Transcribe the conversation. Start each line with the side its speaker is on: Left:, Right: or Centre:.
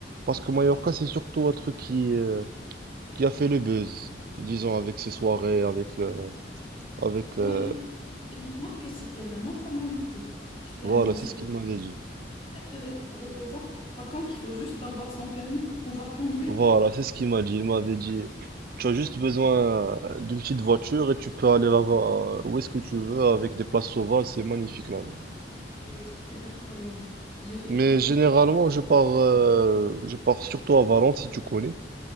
Right: Parce que Mallorca, c'est surtout un truc qui, euh, qui a fait le buzz, disons, avec ses soirées, avec, euh, avec euh,
Left: moi, j'ai fait Minorque et c'était vraiment pas mal du tout. C'était
Right: voilà,
Left: un-
Right: c'est
Left: C'est
Right: ce qu'il m'avait dit.
Left: très, très rep- reposant. Par contre, il faut juste avoir son permis pour pouvoir conduire.
Right: Voilà, c'est ce qu'il m'a dit. Il m'avait dit, tu as juste besoin euh, d'une petite voiture et tu peux aller là-bas euh, où est-ce que tu veux avec des places sauvages, c'est magnifique là-bas.
Left: C'est c'est incroyable. J'ai fait
Right: Mais
Left: 15
Right: généralement,
Left: jours.
Right: je pars, euh, je pars surtout à Valence si tu connais.